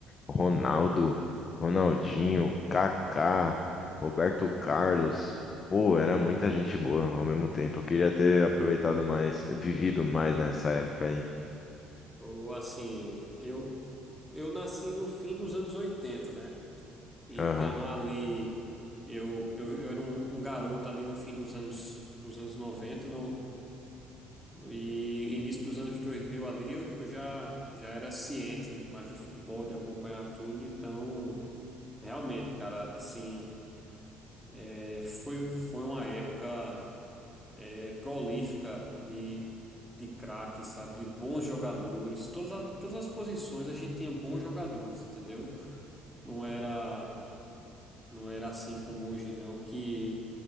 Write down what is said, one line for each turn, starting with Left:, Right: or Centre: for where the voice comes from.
Left: Ronaldo, Ronaldinho, Kaká, Roberto Carlos. Pô, era muita gente boa ao mesmo tempo. Eu queria ter aproveitado mais, vivido mais nessa época aí.
Centre: ou assim, eu, eu nasci no fim dos anos oitenta né? Então
Left: Aham,
Centre: ali. Eu, eu, eu era um, um garoto ali no fim dos anos, dos anos noventa no, E início dos anos 2000 ali, eu, eu já, já era ciente mais de futebol, de acompanhar tudo. Então, realmente, cara, assim, é, foi, foi uma época é, prolífica de, de craques, sabe? De bons jogadores. Todas, a- todas as posições a gente tinha bons jogadores, entendeu? Não era, não era assim como hoje, não, que